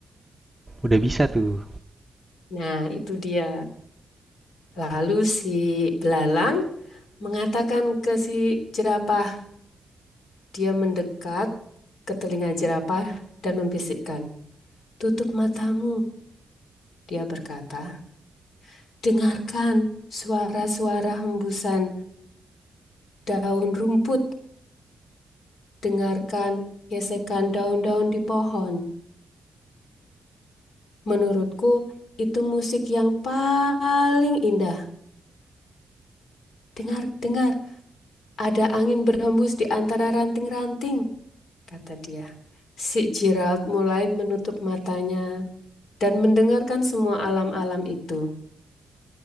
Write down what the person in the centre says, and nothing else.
udah bisa tuh.